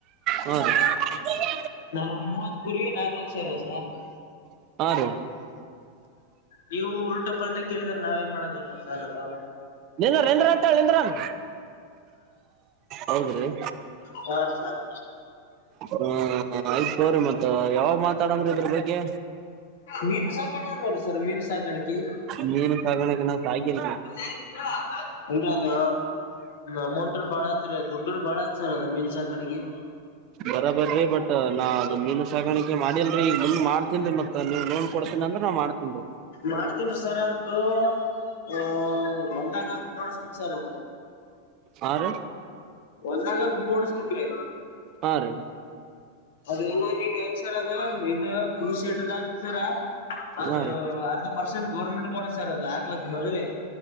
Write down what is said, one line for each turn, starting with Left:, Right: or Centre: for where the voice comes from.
Right: ಹಾ ರೀ
Left: ನಾವೂಂದ್ ಮೂವತ್ ಕುರಿಗ್ ನಾಲ್ಕು ಲಕ್ಷ ಇದೆ ಸಾರ್.
Right: ಹಾ ರೀ
Left: ನೀವು ಉಲ್ಟಾ ಪಲ್ಟಾ ಕೇಳಿದ್ರ ನಾವ್ ಏನ್ ಮಾಡಕಾಗಲ್ಲ ಸರ್ ಅದು.
Right: ನಿನ್ ನಿನ್ದ್ರ ಅಂಟ ಹೇಳಿ ನಿನ್ದ್ರನ್. ಹೌದ್ರೀ
Left: ಹಾ ಸರ್
Right: ಹ ಆಯ್ತು ಹೋರಿ ಮತ್ತ ಯಾವಾಗ ಮಾತಾಡಣಮ್ರಿ ಇದ್ರ ಬಗ್ಗೆ.
Left: ಮೀನು ಸಕಾಣೆ ನೋಡಿ ಸರ್ ಮೀನು ಸಾಕಾಣಿಕೆ.
Right: ಮೀನು ಸಾಗಣೆ ನಾವ್ ಸಾಕಿಲ್ರೀ.
Left: <unintelligible> ದ ಅಮೌಂಟ್ನ್ ಬಾಳದ್ರ ದುಡ್ಡನ್ ಬಾಳತ್ ಸರ್ ಅದ ಮೀನ್ ಸಾಕ ಅಡ್ಗಿ.
Right: ಬರಾಬರ್ರರಿ ಬಟ್ ನಾ ಅದು ಮೀನು ಸಾಗಾಣಿಕೆ ಮಾಡಿ ಅಲ್ರಿ ಈಗ ಮುಂದ್ ಮಾಡ್ತೀನ ರಿ ಮತ್ತ ನೀವ ನೋ. <unintelligible> <inaudible> ಕೊಡ್ತನ ಅಂದ್ರ ನಾ ಮಾಡ್ತೀನಿ ರಿ.
Left: ಮಾಡ್ತನ್ರಿ ಸರ್ ಅದು ಅ ಒಂದಾಗ ಗುಂಡಾಡಸ್ಬ ಸರ್ ಅದ.
Right: ಹಾ ರಿ.
Left: ಹೊಲ್ದಾಗ ಗುಂಡ್ ಹೊಓಡ್ಸ ಬೆಕ್ರಿ.
Right: ಹಾ ರೀ.
Left: ಅಲ್ಲ ನೀವ್ ಹೆಂಗ ಸರ್ ಅದ ಇ ಕೃಷಿಟದ ಆದ್ರೆ ಸರ ಅದು
Right: ಹಾ ರೀ
Left: ಅರ್ಧ. ಪರ್ಸೆಂಟ್ ಗೌರ್ಮೆಂಟ್ ಕೂಡ ಸೇರದು ಆಗ್ಲಕ್ ಬದಲಿ.